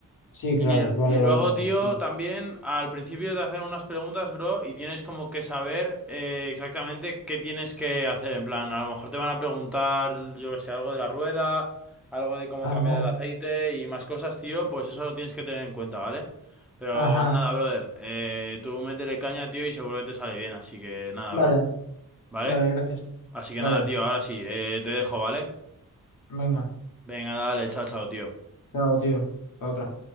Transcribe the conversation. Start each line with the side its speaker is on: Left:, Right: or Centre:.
Left: Sí,
Centre: Y,
Left: claro,
Centre: y
Left: vale,
Centre: luego,
Left: vale, vale,
Centre: tío,
Left: lo pillo.
Centre: también al principio te hacen unas preguntas, bro, y tienes como que saber eh, exactamente qué tienes que hacer. En plan, a lo mejor te van a preguntar, yo que sé, algo de la rueda, algo de cómo
Left: Ajá,
Centre: cambiar el aceite y más cosas, tío, pues eso lo tienes que tener en cuenta, ¿vale? Pero
Left: ajá.
Centre: nada, brother, eh, tú métele caña, tío, y seguro que te sale bien, así que nada,
Left: Vale,
Centre: bro, ¿vale?
Left: vale, gracias.
Centre: Así que
Left: Dale,
Centre: nada, tío, ahora sí, eh, te dejo, ¿vale?
Left: venga.
Centre: Venga, dale, chao, chao, tío.
Left: Chao, tío. la otra.